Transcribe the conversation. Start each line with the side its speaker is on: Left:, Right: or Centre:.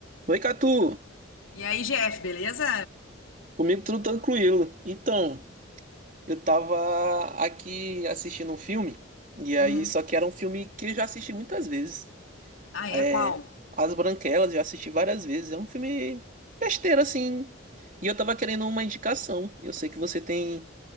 Right: Oi, Catu!
Left: E aí, Jeff, beleza?
Right: Comigo tudo tranquilo. Então, eu tava aqui assistindo um filme, e
Left: Hum.
Right: aí, só que era um filme que eu já assisti muitas vezes.
Left: Ah, é?
Right: É,
Left: Qual?
Right: As Branquelas, já assisti várias vezes. É um filme besteira, assim. E eu tava querendo uma indicação. Eu sei que você tem,